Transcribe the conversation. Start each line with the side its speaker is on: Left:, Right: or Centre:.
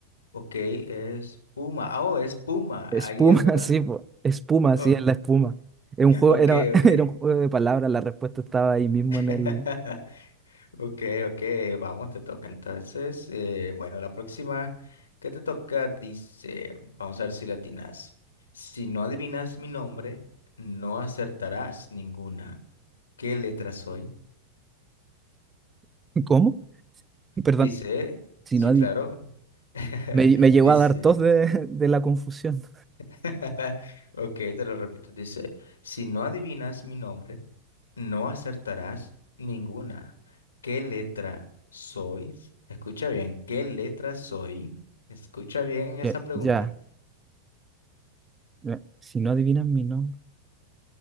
Left: Ok, es puma. Ah, Oh, es puma.
Right: Espuma,
Left: Ahí es, ¿verdad?
Right: <laughs> sí, po. Espuma,
Left: <laughs> O-
Right: sí, es la espuma. Es un juego,
Left: Ok,
Right: era, <laughs>
Left: ok.
Right: era un juego de palabras, la respuesta estaba ahí mismo en
Left: <laughs>
Right: el.
Left: Ok, ok, vamos, te toca entonces. eh, bueno, la próxima que te toca dice, vamos a ver si la atinas. Si no adivinas mi nombre, no acertarás ninguna. ¿Qué letra soy?
Right: ¿Cómo? Perdón.
Left: Dice,
Right: Si
Left: sí,
Right: no adi-
Left: claro. <laughs>
Right: me, me llegó
Left: Dice,
Right: a dar tos de, <laughs> de la confusión.
Left: <laughs> ok, te lo repito, dice, si no adivinas mi nombre, No acertarás ninguna. ¿Qué letra sois? Escucha bien, ¿qué letra soy? Escucha bien esa
Right: Ya,
Left: pregunta.
Right: ya, ya. Si no adivinas mi nombre.